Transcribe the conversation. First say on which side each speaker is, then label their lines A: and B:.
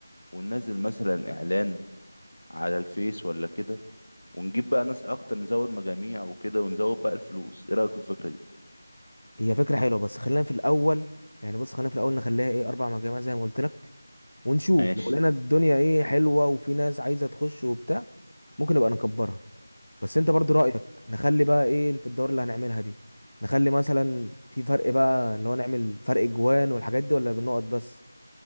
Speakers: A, on the left; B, on the left.
A: وننزل مثلا إعلان على الفيس ولا كده ونجيب بقى ناس أكتر نزود مجاميع وكده ونزود بقى الفلوس ايه رأيك في الفكرة دي
B: هي فكره حلوه بس خلينا في الاول يعني بص خلينا في الاول نخليها ايه اربع مجاميع زي ما قلت لك ونشوف
A: ماشي
B: لو لقينا الدنيا ايه حلوه وفي ناس عايزه تخش وبتاع ممكن نبقى نكبرها بس انت برضو رايك نخلي بقى ايه في الدور اللي هنعملها دي نخلي مثلا في فرق بقى اللي هو نعمل فرق جوان والحاجات دي ولا بالنقط بس